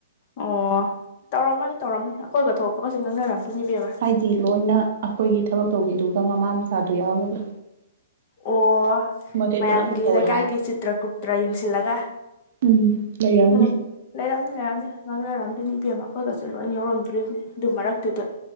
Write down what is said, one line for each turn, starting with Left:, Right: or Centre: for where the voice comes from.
Left: ꯑꯣ ꯇꯧꯔꯝꯃꯅꯤ ꯇꯧꯔꯝꯃꯅꯤ ꯑꯩꯈꯣꯏꯒ ꯊꯣꯛꯄꯒꯁꯦ ꯉꯪꯅꯔꯝꯗꯨ ꯏꯕꯦꯝꯃ ꯫
Right: ꯍꯥꯏꯗꯤ ꯂꯣꯏꯅ ꯑꯩꯈꯣꯏꯒꯤ ꯊꯕꯛ ꯇꯧꯕꯤꯗꯨꯒ ꯃꯃꯥ ꯃꯆꯥꯗꯨ ꯌꯥꯎꯔꯒ
Left: ꯑꯣ
Right: ꯃꯣꯏꯈꯩ
Left: ꯃꯌꯥꯝꯒꯤ
Right: ꯄꯨꯂꯞ ꯂꯩꯍꯧꯋꯦ
Left: ꯂꯩꯀꯥꯏꯒꯤ
Right: ꯍꯥꯏꯕ
Left: ꯆꯤꯇ꯭ꯔ ꯀꯨꯞꯇ꯭ꯔ ꯌꯦꯡꯁꯤꯜꯂꯒ
Right: ꯎꯝ ꯂꯩꯔꯝꯅꯤ
Left: ꯎꯝ ꯂꯩꯔꯝꯅꯤ ꯂꯩꯔꯝꯅꯤ ꯉꯥꯡꯅꯔꯝꯗꯣꯏꯅꯤ ꯏꯕꯦꯝꯃ ꯃꯈꯣꯏꯒꯁꯦ ꯂꯣꯏ ꯌꯧꯔꯝꯗ꯭ꯔꯤꯅꯤ ꯑꯗꯨ ꯃꯔꯛꯇꯨꯗ꯫